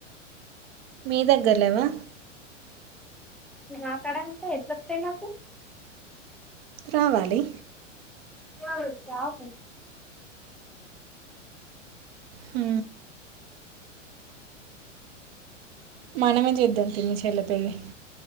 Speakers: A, on the right (about 50°); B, in the centre.
A: మీ దగ్గరలేవా
B: ఆ కడ అంటే ఎట్లా వతయి మాకు
A: రావాలి
B: ఆ జాబు
A: హ మనమే చేద్దాం తి మీ చెల్ల పెల్లి